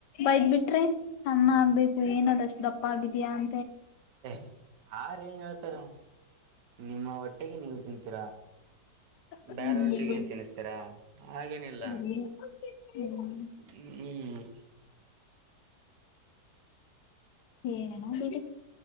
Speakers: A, on the left; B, on the right.
A: ಬೈದ್ ಬಿಟ್ರಿ ಚನ್ನ ಆಗ್ಬೇಕು ಏನದಷ್ಟು ದಪ್ಪ ಆಗಿದ್ಯಾ ಅ
B: ಯಾರ ಏನ್ ಹೇಳ್ತಾರ ನಿಮ್ಮ ಹೊಟ್ಟೆಗೆ ನೀವು ತಿಂತೀ
A: ಹ್ಮ್
B: ಬೇರೆ ಒಟ್ರಗ ಏನ್ ತಿನ್ಸ್ತಾರಾ ಹಾಗೇನಿಲ್ಲ
A: ಹ್ಮ್
B: ಹ್ಮ್
A: ಏನ ಬಿಡಿ